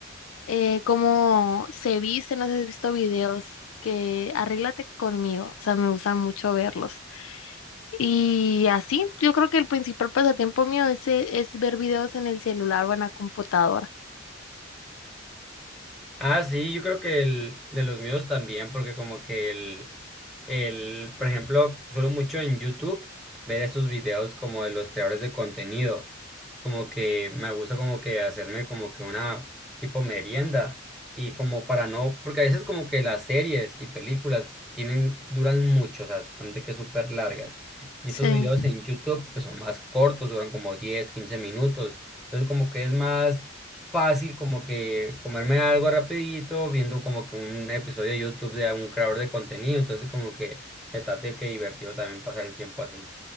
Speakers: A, on the left; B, in the centre.
A: eh, cómo se viste, no sé si has visto videos que arréglate conmigo, o sea, me gusta mucho verlos. Y así, yo creo que el principal pasatiempo mío es, eh, es ver videos en el celular o en la computadora.
B: Ah, sí, yo creo que el de los míos también, porque como que el, el, por ejemplo, suelo mucho en YouTube ver esos videos como de los creadores de contenido, como que me gusta como que hacerme como que una tipo merienda y como para no, porque a veces como que las series y películas tienen, duran mucho, o sea, bastante que súper largas. Y
A: Sí.
B: estos videos en YouTube pues son más cortos, duran como 10, 15 minutos. Entonces como que es más fácil como que comerme algo rapidito, viendo como que un episodio de YouTube de un creador de contenido, entonces como que estate que divertido también pasar el tiempo así.